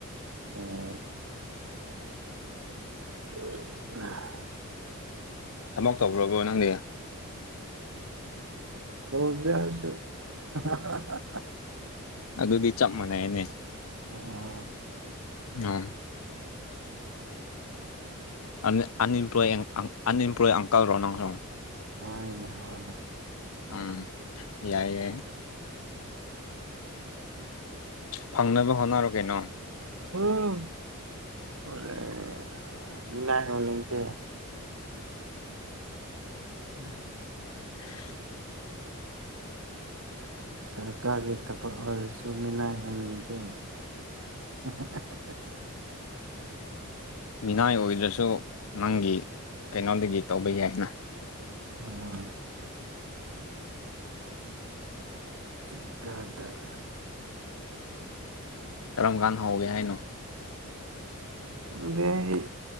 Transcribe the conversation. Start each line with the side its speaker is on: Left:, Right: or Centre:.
Right: ꯑꯣ <unintelligible>
Left: ꯊꯕꯛ ꯇꯧꯒ꯭ꯔꯕꯣ ꯅꯪꯗꯤ
Right: ꯇꯧꯗꯦ ꯑꯩꯁꯨ <unintelligible>
Left: ꯑꯗꯨꯗꯤ ꯆꯞ ꯃꯥꯟꯅꯩꯌꯦꯅꯦ
Right: ꯑꯣ
Left: ꯑꯝ ꯑꯟ-ꯑꯟꯏꯝꯄ꯭ꯂꯣꯏ ꯑꯟ-ꯑꯟꯏꯝꯄ꯭ꯂꯣꯏ ꯑꯪꯀꯜ ꯔꯣ ꯅꯪꯁꯨ
Right: ꯍꯣꯏꯅꯦ ꯍꯣꯏꯅꯦ
Left: ꯎꯝ ꯌꯥꯏ ꯌꯥꯏ ꯐꯪꯅꯕ ꯍꯣꯠꯅꯔꯣ ꯀꯩꯅꯣ
Right: ꯎꯝ ꯍꯣꯠꯅꯩ ꯃꯤꯅꯤꯏ ꯑꯣꯏꯅꯤꯡꯗꯦ ꯎꯝ
Left: <inaudible>
Right: ꯁꯔꯀꯥꯒꯤ ꯊꯕꯛ ꯑꯣꯏꯔꯁꯨ ꯃꯤꯅꯥꯏ ꯑꯣꯏꯅꯤꯡꯗꯦ <unintelligible>
Left: ꯃꯤꯅꯥꯏ ꯑꯣꯏꯗ꯭ꯔꯁꯨ ꯅꯪꯒꯤ ꯀꯩꯅꯣꯗꯒꯤ ꯇꯧꯕ ꯌꯥꯏꯅ
Right: ꯑꯥ ꯆꯤꯀꯥꯗꯔ
Left: ꯀꯔꯝ ꯀꯥꯟ ꯍꯧꯒꯦ ꯍꯥꯏꯅꯣ
Right: ꯈꯪꯗꯦ ꯑꯩ